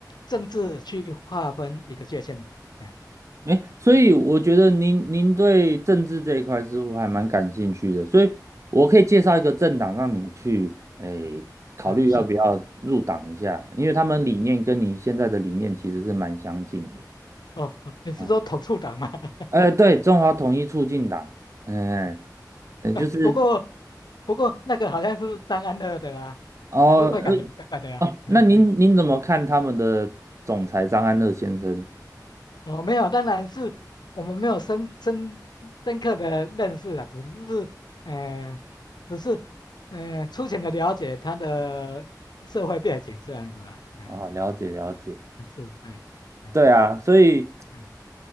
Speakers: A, on the left; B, on the right.
A: 政治去划分一个界限。哎
B: 哎，所以我觉得您您对政治这一块似乎还蛮感兴趣的，
A: 哎
B: 所以我可以介绍一个政党让你去诶考虑要不要入党一下，
A: 哎，是
B: 因为他们理念跟你现在的理念其实是蛮相近的
A: 哦，哦你是说统促党吗？
B: 啊。
A: <laughs>
B: 哎，对，中华统一促进党，嗯，呃就是
A: 哎不过不过那个好像是张安乐的啊，
B: 哦，
A: 可是会感觉怪怪的啊。
B: 呃，哦，
A: 哎，
B: 那您您怎么看他们的总裁张安乐先生？
A: 哦，没有，当然是我们没有深深深刻的认识啊，只是呃，只是呃粗浅的了解他的社会背景这样子啊。哎，
B: 啊？了解了解。
A: 是哎哎
B: 对啊，所以
A: 哎